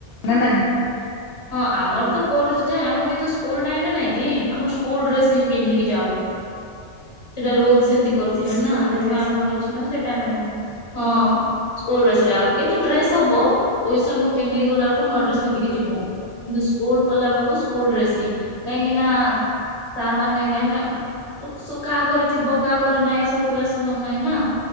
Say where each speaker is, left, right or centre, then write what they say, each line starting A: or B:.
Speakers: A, on the left (about 75°); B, on the left (about 35°).
A: ନା ନାଇଁ
B: ହଁ ଆମର ତ କରୁଛି ଯେ ଆମ କି ସ୍କୁଲ ଟାଇରେ ନାଇଁ କି ଆମ ସ୍କୁଲ ଡ୍ରେସ୍ ହି ପିନ୍ଧିକି ଯାଉ ସେଟା ରୁଲମ କରିଥିଲେ
A: ସ୍କୁଲ
B: ନା ସେଥିପାଇଁ
A: ଡ୍ରେସ୍
B: ଆମର କିଛି ମାନ <unintelligible> ହଁ ସ୍କୁଲ ଡ୍ରେସରେ ଆଉ କିନ୍ତୁ ଡ୍ରେସ ହବ ଟିଉସନ କୁ ପିନ୍ଧି ଗଲା କୁ ନୂଆ ଆଡ୍ରେସ ପନ୍ଧିକି ଯିବୁ କିନ୍ତୁ ସ୍କୁଲ କଲା ବେଳକୁ ସ୍କୁଲ ଡ୍ରେସ୍ ହିଁ କାହିଁକି ନା ସାର୍ ମାନେ କାହିଁକି ନା କାହା ଘରେ ଥିବ କାହା ଘରେ ନାହିଁ ସବୁ ପିଲା ସବୁ ମାନ ନହିଁ ନା